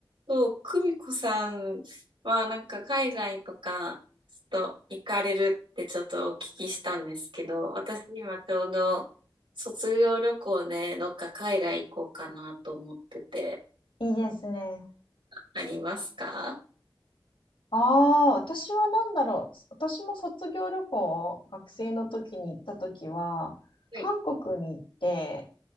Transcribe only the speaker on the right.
そう、久美子さんはなんか海外とかちょっと行かれるってちょっとお聞きしたんですけど、私今ちょうど卒業旅行でどっか海外行こうかなと思ってて、
ありますか
はい。